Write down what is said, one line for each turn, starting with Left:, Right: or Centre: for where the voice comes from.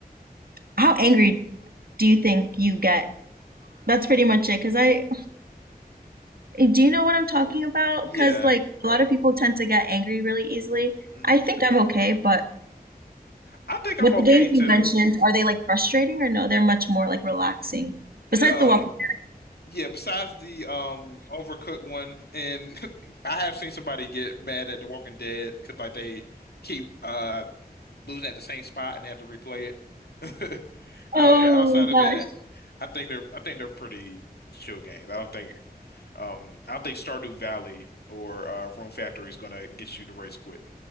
Right: How angry do you think you get? That's pretty much it. Cause I, do you know what I'm talking about?
Left: Yeah.
Right: Cause like a lot of people tend to get angry really easily.
Left: Mhm.
Right: I think I'm okay, but
Left: I think I'm
Right: with
Left: okay
Right: the games
Left: too.
Right: you mentioned, are they like frustrating or no? They're much more like relaxing.
Left: No.
Right: Besides the walking.
Left: Yeah, besides the um Overcooked one and <laughs> I have seen somebody get mad at The Walking Dead because like they keep uh losing at the same spot and have to replay it. <laughs>
Right: Oh
Left: Uh, but outside of
Right: gosh.
Left: that, I think they're I think they're pretty chill games. I don't think um I don't think Stardew Valley or uh, Room Factory is gonna get you to race quit.